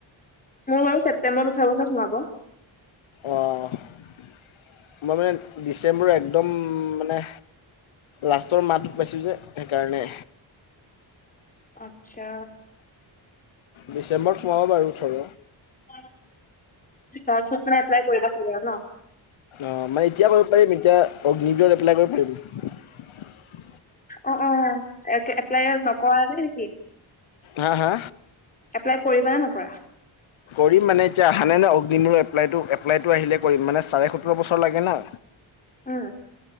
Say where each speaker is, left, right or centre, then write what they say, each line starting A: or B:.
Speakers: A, on the left; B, on the left.
A: বাৰু ছেপ্তেম্বৰত ওঠৰ বছৰত সোমাব
B: অ' মই মানে ডিচেম্বৰ একদম মানে লাচ তোৰ মাত পাইছোঁ যে, সেইকাৰণে।
A: আচ্ছা।
B: ডিচেম্বৰত সোমাব বাৰু ওঠৰ।
A: <unintelligible> তাৰ পিছৰ পৰা এপ্লাই কৰিবা চাগে নহ?
B: অ'! মানে, এতিয়া কৰিব পাৰিম। এতিয়া, <unintelligible> এপ্লাই কৰিব পাৰিম।
A: অ'! অ'! এ, এপ্লাই নকৰা নাই নেকি?
B: হা হা।
A: এপ্লাই কৰিবা নে নকৰা?
B: কৰিম। মানে, এতিয়া আহা নাই ন' <unintelligible> এপ্লাইটো। এপ্লাইটো আহিলে কৰিম। মানে, চাৰে সোঁতৰ বছৰ লাগে না।
A: উম